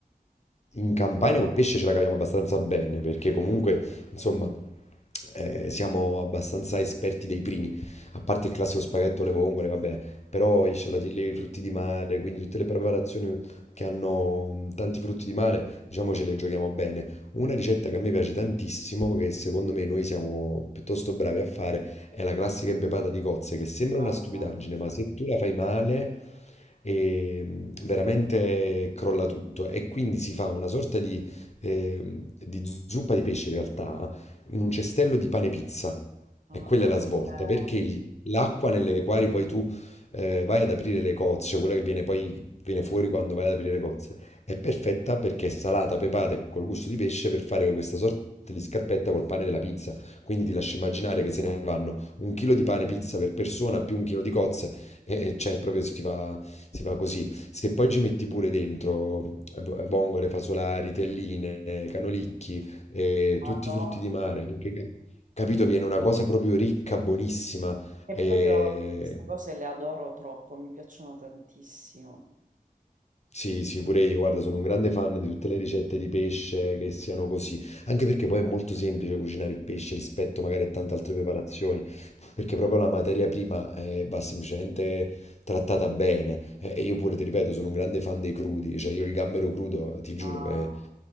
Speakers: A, on the left (about 45°); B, on the right (about 60°).
A: In Campania col pesce ce la caviamo abbastanza bene perché comunque, insomma, eh, siamo abbastanza esperti dei primi, a parte il classico spaghetto alle vongole, vabbè, però i scialatelli, i frutti di mare, quindi tutte le preparazioni che hanno mh, tanti frutti di mare, diciamo ce le giochiamo bene. Una ricetta che a me piace tantissimo, che secondo me noi siamo piuttosto bravi a fare, è la classica impepata di cozze che sembra
B: Mamma
A: una stupidaggine,
B: mia.
A: ma se tu la fai male, ehm, veramente crolla tutto. E quindi si fa una sorta di, ehm, di zuppa di pesce, in realtà, in un cestello di pane pizza.
B: Ah,
A: E quella
B: ok.
A: è la svolta, perché il- l'acqua nelle quali poi tu eh, vai ad aprire le cozze, cioè quella che viene poi viene fuori quando vai ad aprire le cozze, è perfetta perché è salata, pepata e col gusto di pesce per fare questa sorta di scarpetta col pane della pizza. Quindi ti lascio immaginare che se ne vanno un chilo di pane pizza per persona più un chilo di cozze e, e cioè proprio si fa, si fa così. Se poi ci metti pure dentro eh, bo- eh, vongole, fasolari, telline, canolicchi, eh,
B: Madonna.
A: tutti i frutti di mare, che- che- capito? Viene una cosa proprio ricca, buonissima.
B: E
A: E...
B: poi io queste cose le adoro troppo, mi piacciono tantissimo.
A: Sì, sì, pure io, guarda, sono un grande fan di tutte le ricette di pesce che siano così, anche perché poi è molto semplice cucinare il pesce rispetto magari a tante altre preparazioni, perché proprio la materia prima eh, va semplicemente trattata bene. Eh, E io pure, ti ripeto, sono un grande fan dei crudi, cioè io il gambero crudo, ti giuro,
B: Ah,
A: eh,